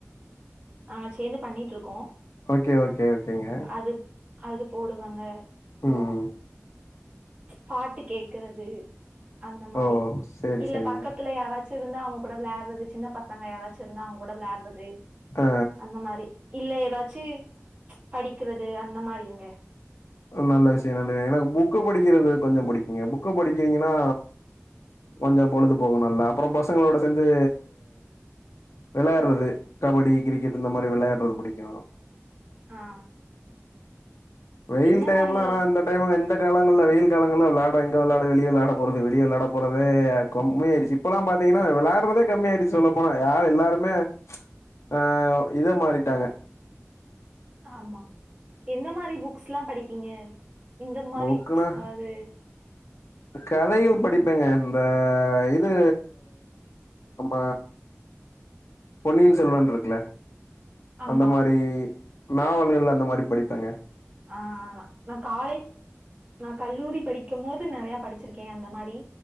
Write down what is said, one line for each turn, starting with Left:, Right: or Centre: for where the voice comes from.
Right: ஆ சேந்து பண்ணிட்ருக்கோ.
Left: ஓகே ஓகே ஓகேங்க
Right: அது அது போடுவங்க அப்ற
Left: ம் ம்.
Right: பாட்டு கேக்குறது அந்த மாரி
Left: ஓ! சரி
Right: இல்ல
Left: சரிங்க.
Right: பக்கத்துல யாராச்சு இருந்தா அவ்ங்க கூட வெளாட்றது சின்ன பசங்க யாராச்சு இருந்தாங்க கூட வெளாட்றது
Left: ஆ
Right: அந்த மாரி இல்ல எதாச்சு படிக்றது அந்த மாரிங்க
Left: நல்ல விஷய நல்ல எனக் புக்கு படிக்றது கொஞ்சோ புடிக்குங்க புக்கு படிக்கிறீங்கனா கொஞ்சோ பொழுது போகு நல்லா அப்பற பசங்களோட சேந்து வெளாட்றது கபடி கிரிக்கெட் இந்த மாரி வெளாட்றது புடிக்கு.
Right: ஆ
Left: வெயில்
Right: எந்த
Left: டைம்ல
Right: மாரி
Left: ஆனா அந்த டைம்ல இந்த காலங்கள்ல வெயில் காலங்கள்ல வெளாட எங்க வெளாட வெளிய வெளாட போறது வெளிய வெளாட போறது கொம்மி ஆய்டுச்சு இப்பெல்லா பாத்தீங்கன்னா வெளாட்றதே கம்மி ஆயிடுச்சு சொல்ல போனா யாரு எல்லாருமே ஆ இதா மாறீட்டாங்க
Right: ஆமா எந்த மாரி புக்ஸ்ல்லா படிப்பீங்க இந்த மாரி
Left: புக்குனா
Right: அதாது
Left: கதையு படிப்பேங்க இந்த இது நம்ம பொன்னியின் செல்வன் இருக்குல
Right: ஆமா
Left: அந்த மாரி நாவல்கள் அந்த மாரி படிப்பேங்க
Right: ஆ நா காலேஜ் நா கல்லூரி படிக்கும் போது நிறைய படிச்சிருக்கே அந்த மாரி